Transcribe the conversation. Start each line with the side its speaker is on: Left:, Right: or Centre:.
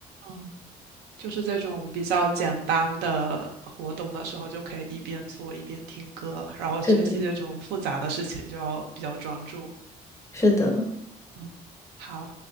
Right: 嗯，就是这种比较简单的活动的时候，就可以一边做一边听歌，然后学习这种复杂的事情就要比较专注。
Left: 是的，是的。
Right: 嗯，好。